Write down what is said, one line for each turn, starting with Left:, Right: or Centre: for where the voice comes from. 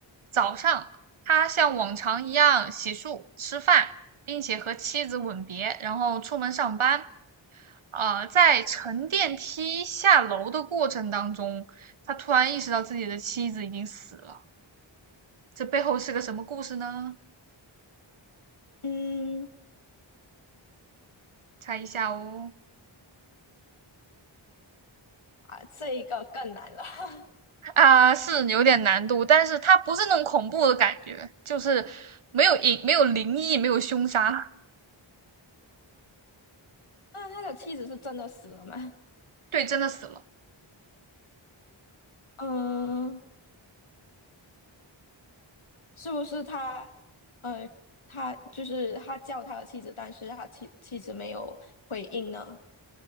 Right: 早上他像往常一样洗漱、吃饭，并且和妻子吻别，然后出门上班。呃，在乘电梯下楼的过程当中，他突然意识到自己的妻子已经死了。这背后是个什么故事呢？
Left: 嗯，
Right: 猜一下哦。
Left: 啊，这一个更难了。<laughs>
Right: 啊，是有点难度，但是它不是那种恐怖的感觉，就是没有隐，没有灵异，没有凶杀。
Left: 那他的妻子是真的死了吗？
Right: 对，真的死了。
Left: 嗯，是不是他？呃，他就是他叫他的妻子，但是他妻妻子没有回应呢？